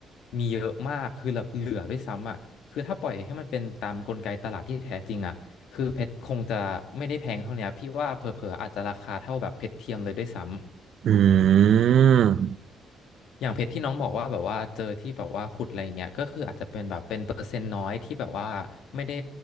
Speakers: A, on the left (about 80°); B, on the right (about 65°).
A: มีเยอะมากคือแบบเหลือด้วยซ้ำอะคือถ้าปล่อยให้มันเป็นตามกลไกตลาดที่แท้จริงอะ คือเพชรคงจะไม่ได้แพงเท่าเนี้ยพี่ว่าเผลอๆอาจจะราคาเท่าแบบเพชรเทียมเลยด้วยซ้ำ
B: อืม
A: อย่างเพชรที่น้องบอกว่าแบบว่าเจอที่แบบว่าขุดอะไรอย่างเงี้ยก็คืออาจจะเป็นแบบเป็นเปอร์เซ็นต์น้อยที่แบบว่าไม่ได้